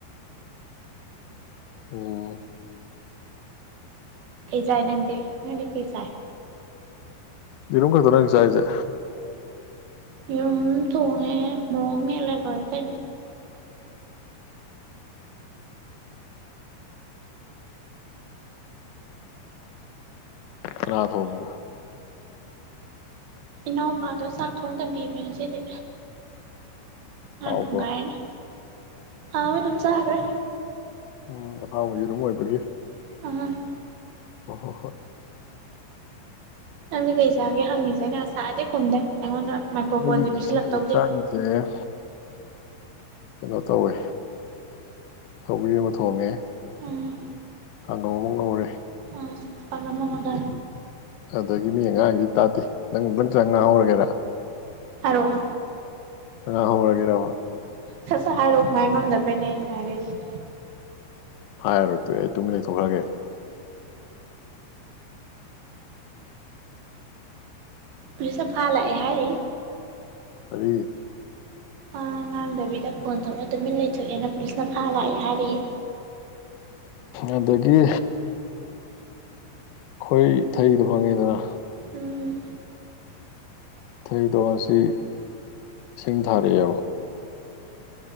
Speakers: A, on the left; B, on the right.
A: ꯑꯣ
B: ꯀꯩ ꯆꯥꯏ ꯅꯪꯗꯤ ꯅꯪꯗꯤ ꯀꯩ ꯆꯥꯏ
A: ꯌꯦꯔꯨꯝ ꯈꯛꯇꯔꯣ ꯅꯪ ꯆꯥꯏꯁꯦ
B: ꯌꯦꯔꯝ ꯊꯣꯡꯉꯦ ꯃꯣꯔꯣꯛ ꯑꯃꯥ ꯃꯦꯠꯂꯦ ꯂꯣꯏꯔꯦ ꯀꯩꯅ
A: ꯉꯥ ꯊꯣꯡꯒꯦ
B: ꯏꯅꯥꯎꯄꯥꯗꯣ ꯆꯥꯛ ꯊꯣꯡ ꯇꯝꯕꯤꯕꯅꯦ ꯉꯁꯤꯗꯤ ꯃꯅꯥ
A: ꯍꯥꯎꯕ꯭ꯔꯣ
B: ꯊꯣꯡꯒꯥꯏꯔꯤꯅꯦ ꯍꯥꯎꯋꯦ ꯑꯗꯨꯝ ꯆꯥꯒꯔ꯭ꯦ
A: ꯎꯝ ꯑꯥꯎ ꯌꯦꯔꯨꯝ ꯑꯣꯏꯕꯒꯤ
B: ꯑ
A: ꯍꯣ ꯍꯣ ꯍꯣꯏ
B: ꯅꯪꯗꯤ ꯀꯩ ꯆꯥꯒꯦ ꯍꯪꯉꯤꯁꯦ ꯉꯥꯁꯥꯏꯗꯩꯩ ꯈꯨꯝꯗꯦ ꯑꯩꯉꯣꯟꯗ ꯃꯥꯏꯀ꯭ꯔꯣꯐꯣꯟꯁꯦ
A: ꯑꯩꯈꯣꯏꯒꯤ ꯉꯁꯤꯒꯤ
B: ꯄꯤꯁꯜꯂꯛꯇꯧꯒꯦ
A: ꯏꯟꯁꯥꯡꯁꯦ ꯀꯩꯅꯣ ꯇꯧꯋꯦ ꯁꯧꯒꯔ꯭ꯤ ꯑꯃ ꯊꯣꯡꯉꯦ
B: ꯎꯝ
A: ꯀꯪꯉꯧ ꯑꯃ ꯉꯧꯔꯦ
B: ꯎꯝ ꯄꯥꯛꯅꯝ ꯑꯃꯒ
A: ꯑꯗꯒꯤ ꯑꯗꯨꯗꯒꯤ ꯃꯤ ꯑꯉꯥꯡꯗꯤ ꯇꯥꯗꯦ ꯅꯪ ꯅꯪ ꯆꯥꯛ ꯉꯥꯡꯍꯧꯔꯒꯦꯔꯥ
B: ꯑꯔꯣꯑꯣ
A: ꯉꯥꯡꯍꯧꯔꯒꯦꯔꯕ
B: ꯁꯠ ꯁꯥꯠ ꯍꯥꯏꯔꯛꯑꯣ ꯉꯥꯏ ꯉꯝꯗꯕꯩꯅꯦ ꯑꯩꯅꯥ ꯍꯥꯌꯔꯛꯏꯁꯦ
A: ꯍꯥꯏꯔꯣ ꯇꯤꯛꯑ ꯑꯩ ꯇꯨꯃꯤꯟꯅ ꯂꯩ ꯊꯣꯛꯈ꯭ꯔꯒꯦ
B: ꯄꯣꯂꯤꯁ ꯅꯥ ꯐꯥ ꯂꯥꯛꯑꯦ ꯍꯥꯏꯔꯤꯌꯦ
A: ꯀꯔꯤ
B: ꯑ ꯉꯥꯡꯗꯕꯤꯗ ꯐꯣꯟ ꯇꯧꯔꯒ ꯇꯨꯃꯤꯟ ꯂꯩꯊꯣꯛꯑꯦꯅ ꯄꯨꯂꯤꯁꯅ ꯐꯥ ꯂꯥꯛꯑꯦ ꯍꯥꯏꯔꯛꯑꯦ
A: ꯑꯗꯒꯤ ꯈꯣꯏ ꯊꯩꯗꯣ ꯈꯪꯉꯦꯗꯅ
B: ꯎꯝ
A: ꯊꯩꯗꯣꯛ ꯑꯁꯤ ꯏꯁꯤꯡ ꯊꯥꯔꯛꯑꯦꯕ